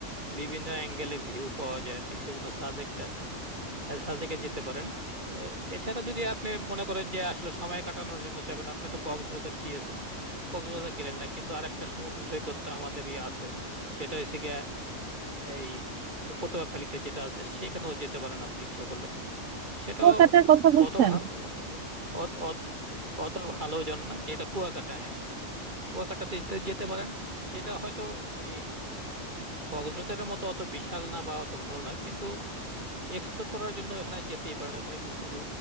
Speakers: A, on the right; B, on the right.
A: বিভিন্ন অ্যাঙ্গেলে ভিউ পাওয়া যায় আর কি সেজন্য সাবজেক্টটা সাবজেক্টে যেতে পারেন এ, এছাড়া যদি আপনি মনে করেন যে আসলে সময় কাটানোর জন্য যাবেন আপনি তো কক্সবাজার গিয়েছেন কক্সবাজার গেলেন না কিন্তু আরেকটা সমুদ্র সৈকত তো আমাদের ইয়ে আছে সেটা হচ্ছে গিয়া এই পটুয়াখালীতে যেটা আছে সেখানেও যেতে পারেন আপনি ইচ্ছা করলে সেটাও
B: কুয়াকাটার কথা বলছেন
A: অত ভা- অত অত ভালো জন না যেটা কুয়াকাটা হ্যাঁ কুয়াকাটাতে যেতে যেতে পারেন যেটা হয়তো এই কক্সবাজারের মতো অত বিশাল না বা অত ভালো না কিন্তু এক্সপ্লোর করার জন্য এখানে যেতেই পারেন এখানে কিছু